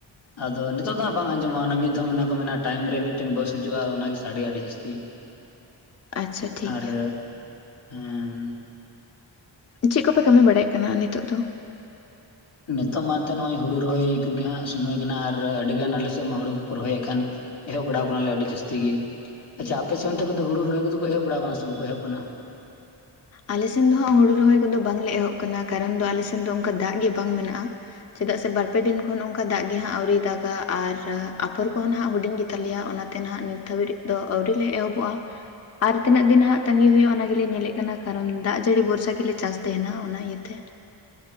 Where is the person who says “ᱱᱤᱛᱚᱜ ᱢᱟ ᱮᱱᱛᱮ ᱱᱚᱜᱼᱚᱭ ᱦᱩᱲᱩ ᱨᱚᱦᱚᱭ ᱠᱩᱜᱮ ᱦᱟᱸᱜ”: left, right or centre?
Left